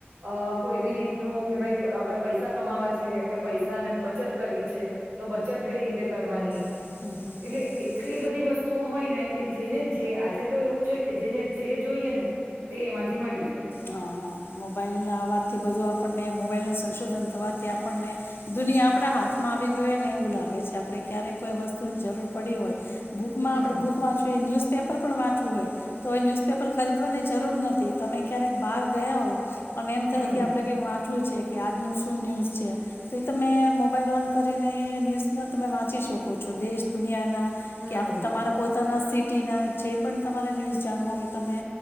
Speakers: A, on the right; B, on the left.
A: અહ કોઈ બી રીતનું કે ભાઈ અગર પૈસા કમાવે છે કે પૈસા ને બચત કરવી છે, તો બચત કઈ રીતે કરવાની.
B: હમ્મ-હમ્મ-હમ્મ.
A: એટલે એટલી બધી વસ્તુઓ હોય ને કે જેને જે આજે તો એવું છે કે જેને જે જોઈએ ને તે એમાંથી મળી જાય
B: હા, હા મોબાઈલ ના અવાજ થી બધું આપણને મોબાઈલનો સંશોધન થવાથી આપણને દુનિયા આપડા હાથમાં આવી ગઈ હોય ને એવું લાગે છે. આપડે ક્યારેક કોઈ વસ્તુની જરૂર પડી હોય બુકમાં
A: હમ
B: આપણે બુક વાંચું એ ન્યૂઝ પેપર પણ વાંચવું હોય. તો ન્યૂઝપેપર ખરીદવાની જરૂર નથી. તમે ક્યારેક બાર ગયા હો પણ એમ થાય
A: હમ
B: કે આપડે કઈ વાત શું છે કે આજનું શું ન્યૂઝ છે? તો એ તમે મોબાઈલ ઓન કરીને ન્યૂઝ તમે વાંચી શકો છો. દેશ દુનિયા
A: હમ
B: કે તમારા પોતે પોતાના સિટીના જે પણ તમારે ન્યૂઝ જાણવા હોય તમે